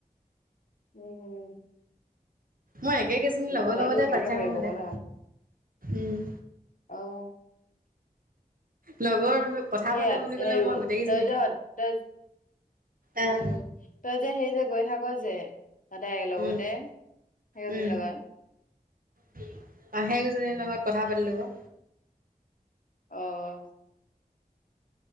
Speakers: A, on the left (about 60°); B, on the right (about 65°).
A: উম্।
B: মই একে কেইজনী লগৰ
A: নহ'লেতো
B: লগতে
A: কেনেকে
B: পাতি থাকো
A: পাৰিব
B: সদায়,
A: আকৌ ন
B: উম্।
A: অ'
B: লগৰ। কথা
A: ইয়াত
B: পাতো বুলি ক'লে
A: হে ৰুম
B: মই গোটেইকেইজনীক
A: ত য ত
B: আহ
A: উম্, তই যে সেই যে গৈ থাক যে। সদাই একে লগতে,
B: উম,
A: সেইেজনীৰ
B: উম,
A: লগত।
B: অ', সেইকেইজনীৰ লগত কথা পাতিলোঁ আকৌ।
A: অ',